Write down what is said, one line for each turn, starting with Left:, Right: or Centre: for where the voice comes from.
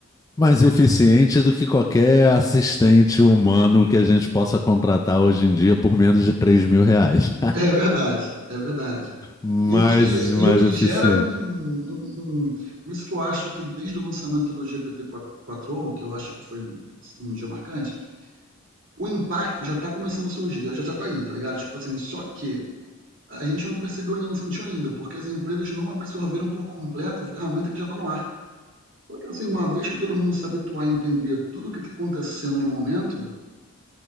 Left: Mais eficiente do que qualquer assistente humano que a gente possa contratar hoje em dia por menos de três mil reais.
Right: É verdade, é verdade.
Left: mais,
Right: E o que, e
Left: mais
Right: o que
Left: eficiente.
Right: gera um, um- um- Por isso que eu acho que desde o lançamento do GPT-4o, que eu acho que foi um, um dia marcante, o impacto já está começando a surgir, já, já já tá aí, tá ligado? Tipo assim, só que a gente não percebeu ainda, não sentiu ainda, porque as empresas não absorveram por completo a ferramenta que já está no ar. Só que assim, uma vez que todo mundo se habituar a entender tudo o que está acontecendo no momento,